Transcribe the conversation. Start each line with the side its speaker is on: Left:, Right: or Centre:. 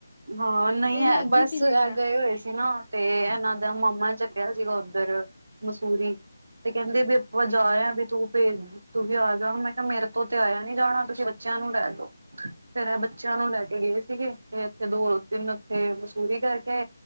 Right: ਹਾਂ ਨਈ
Left: ਅਲੱਗ
Right: ਐ ਬਸ
Left: ਹੀ ਫੀਲਿੰਗ
Right: ਐ
Left: ਆ
Right: ਗਏ ਹੋਏ ਸੀ ਨਾ ਤੇ ਏਨਾਂ ਦਾ ਮਾਮਾ ਚ ਗਯਾ ਸੀਗਾ ਓਦਰ ਮਸੂਰੀ। ਤੇ ਕੈਂਦੀ ਵੀ ਆਪਾਂ ਜਾ ਆ ਵੀ ਤੂੰ ਭੇਜ ਤੁੰ ਵੀ ਆ ਜਾ। ਮੈਂ ਕੇਹ ਮੇਰੇ ਤੋਂ ਤੇ ਆਏਆ ਨੀ ਜਾਣਾ ਤੁਸੀ ਬੱਚੇਆਂ ਨੂੰ ਲੈ ਜਓ ਫੇਰ ਐ ਬੱਚੇਆਂ ਨੂੰ ਲੈ ਕੇ ਗਏ ਸੀਗੇ ਤੇ ਏਥੇ ਦੋ ਤਿੰਨ ਹਫਤੇ ਮਸੂਰੀ ਕਰਕੇ